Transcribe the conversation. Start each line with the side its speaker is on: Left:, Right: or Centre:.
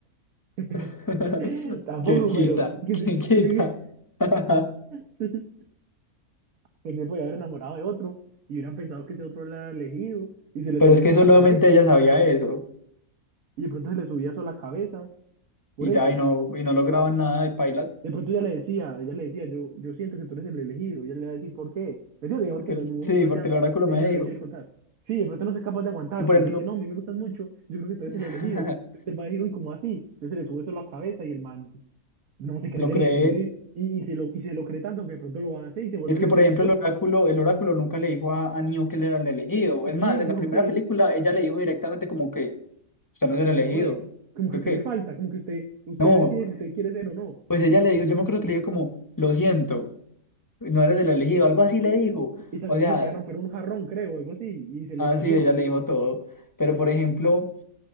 Right: <laughs>
Left: <laughs>
Right: Tampoco,
Left: qué quita?
Right: pero que
Left: qué quita?
Right: se,
Left: <laughs>
Right: <laughs> pues se podía haber enamorado de otro y hubieran pensado que ese otro era el elegido y se le
Left: Pero
Right: subía
Left: es que
Right: eso
Left: solamente
Right: a la cabeza
Left: ella sabía eso
Right: y de pronto se le subía eso a la cabeza. Por
Left: y
Right: eso.
Left: ya, y no, y no lograban nada y pailas,
Right: De pronto ella le decía, ella le decía, yo, yo siento que tú eres el elegido. Ella le va a decir, ¿por qué? Porque digamos
Left: porque
Right: que en
Left: el,
Right: algún momento
Left: sí, porque
Right: ella,
Left: el oráculo
Right: ella
Left: me dijo.
Right: le quiere contar. Sí, de pronto no es capaz de aguantarse
Left: Y por ejemplo,
Right: y le dice, no, a mí me gustas mucho, yo creo que tú eres el
Left: <laughs>
Right: elegido.
Left: se
Right: Entonces él va a decir, uy, ¿cómo así? Entonces se le sube eso a la cabeza y el man no se cree
Left: lo
Right: el
Left: creé.
Right: elegido y, y, y se lo, y se lo cree tanto que de pronto lo hace y se vuelve
Left: Es que,
Right: el elegido.
Left: por ejemplo, el oráculo, el oráculo nunca le dijo a, a Neo que él era el elegido.
Right: Y
Left: Es más,
Right: Sí,
Left: en
Right: dijo
Left: la primera
Right: que
Left: película ella le dijo directamente como que usted no es
Right: usted
Left: el elegido.
Right: no es, como que
Left: ¿Yo
Right: usted
Left: qué?
Right: le falta, como que usted, usted
Left: No,
Right: decide si usted quiere ser o no.
Left: pues ella le dijo, yo me acuerdo que le dijo como, lo siento, no eres el elegido, algo así le dijo.
Right: Y también
Left: O sea,
Right: le dijo que iba a romper un jarrón, creo, algo así, y se le
Left: así
Right: cayó.
Left: ella le dijo todo. Pero, por ejemplo...